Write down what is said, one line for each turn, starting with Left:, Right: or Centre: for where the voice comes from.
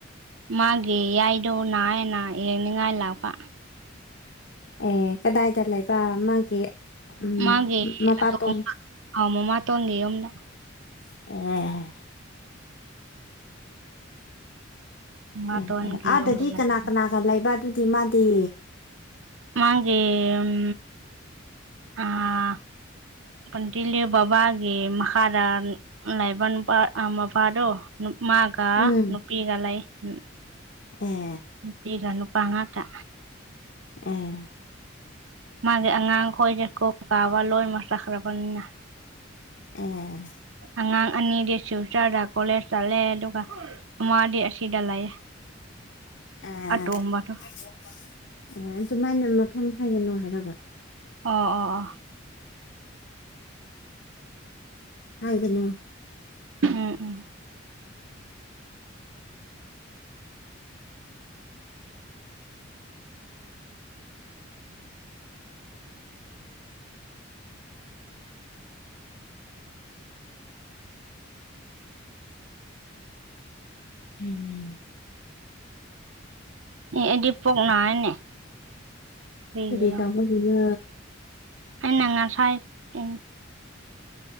Right: ꯃꯥꯒꯤ ꯌꯥꯏꯗꯣ ꯅꯥꯏꯑꯦ ꯅꯥꯏ ꯌꯦꯡꯅꯤꯡꯉꯥꯏ ꯂꯥꯛꯄ
Left: ꯑꯦ ꯀꯗꯥꯏꯗ ꯂꯩꯕ ꯃꯥꯒꯤ ꯎꯝ
Right: ꯃꯥꯒꯤ
Left: ꯃꯄꯥꯇꯣꯟ
Right: <unintelligible> ꯑ ꯃꯃꯥꯇꯣꯟꯒꯤ ꯌꯨꯝꯗ
Left: ꯑꯦ
Right: ꯃꯃꯥꯇꯣꯟꯒꯤ
Left: ꯑꯦ ꯑꯦ ꯑꯥꯗꯗꯤ
Right: ꯌꯨꯝꯗ ꯂꯩꯕ
Left: ꯀꯅꯥ ꯀꯅꯥꯒ ꯂꯩꯕ ꯑꯗꯨꯗꯤ ꯃꯥꯗꯤ
Right: ꯃꯥꯒꯤ ꯑꯝ ꯑꯥ ꯄꯟꯇꯤꯜꯂꯦ ꯕꯥꯕꯥꯒꯤ ꯃꯈꯥꯗꯟ ꯂꯩꯕ ꯅꯨꯄꯥ ꯑ ꯃꯄꯥꯗꯣ ꯅꯨ ꯃꯥ ꯑ
Left: ꯎꯝ
Right: ꯅꯨꯄꯤꯒ ꯂꯩ ꯎ
Left: ꯑꯦ
Right: ꯅꯨꯄꯤꯒ ꯅꯨꯄꯥ ꯉꯥꯛꯇ
Left: ꯑꯦ
Right: ꯃꯥꯒꯤ ꯑꯉꯥꯡ ꯈꯣꯏꯁꯦ ꯀꯣꯛ ꯀꯥꯕ ꯂꯣꯏꯃꯛ ꯆꯠꯈ꯭ꯔꯕꯅꯤꯅ
Left: ꯑꯦ
Right: ꯑꯉꯥꯡ ꯑꯅꯤꯗꯤ ꯁꯨꯏ ꯆꯠꯔ‌ ꯀꯣꯂꯦꯖ ꯆꯠꯂꯦ ꯑꯗꯨꯒ ꯑꯃꯥꯗꯤ ꯑꯁꯤꯗ ꯂꯩ
Left: ꯑꯦ
Right: ꯑꯇꯣꯝꯕꯗꯣ
Left: <unintelligible> ꯑꯦ ꯑꯗꯨꯃꯥꯏꯅ ꯃꯐꯝ ꯍꯥꯏꯒꯅꯨ ꯍꯥꯏꯔꯒ
Right: ꯑꯣ ꯑꯣ ꯑꯣ
Left: ꯂꯥꯡꯒꯅ‌ꯣ
Right: ꯎꯝ ꯎꯝ
Left: ꯎꯝ
Right: ꯑꯦ ꯑꯩꯗꯤ ꯄꯣꯛ ꯅꯥꯏꯅꯦ ꯀꯔꯤꯒꯤꯔꯣ
Left: ꯀꯔꯤꯇꯧꯕꯒꯤꯅꯣ
Right: ꯑꯩꯅ ꯉꯁꯥꯏ ꯑ